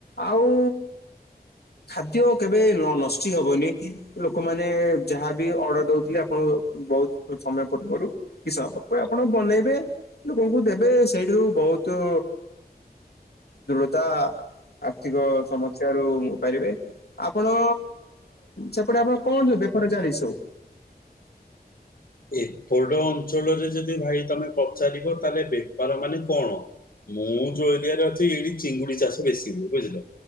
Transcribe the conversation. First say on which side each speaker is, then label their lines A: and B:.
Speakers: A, on the left; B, on the left.
A: ଆଉ। ଖାଦ୍ୟ କେବେ ନଷ୍ଟି ହବନି ଲୋକମାନେ ଯାହାବି ଅର୍ଡର ଦଉଥିଲେ ଆପଣ ବହୁତ ସମୟ ପୂର୍ବରୁ କିଛି ସମୟ ପରେ ଆପଣ ବନେଇବେ ଲୋକଙ୍କୁ ଦେବେ ସେଇଠାରୁ ବୋହୁତ ଦୃଢତା ଆ ଆର୍ଥିକ ସମସ୍ୟା ରୁ ପାରିବେ ଆପଣ ସେପଟେ ଆପଣ କଣ ସବୁ ବେପାର ଚାଲିଚି ସବୁ
B: ଏପଟ ଅଞ୍ଚଳରେ ଯଦି ଭାଇ ତମେ ପଚାରିବ ତାହେଲେ ବେପାର ମାନେ କଣ। ମୁଁ ଯୋଉ ଏରିଆରେ ଅଛି ଏଇଠି ଚିଙ୍ଗୁଡି ଚାଷ ବେଶୀ ହୁଏ ବୁଝିଲ।